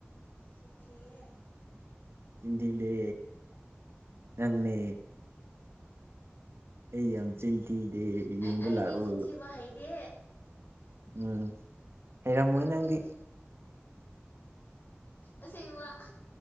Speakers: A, on the left; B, on the right.
A: ꯆꯤꯟ ꯊꯤꯍꯦ
B: ꯆꯤꯟꯗꯤꯗꯦ ꯅꯪꯅꯦ ꯑꯩ ꯌꯥꯝ ꯆꯤꯟꯊꯤꯗꯦ ꯌꯦꯡꯕ
A: ꯑꯩ ꯑꯩꯗꯤ
B: ꯂꯥꯛꯎ
A: ꯆꯤꯟ ꯊꯤꯕ ꯍꯩꯇꯦ
B: ꯎꯝ ꯍꯩꯔꯝꯃꯣꯏ ꯅꯪꯗꯤ
A: ꯑꯁꯦꯡꯕ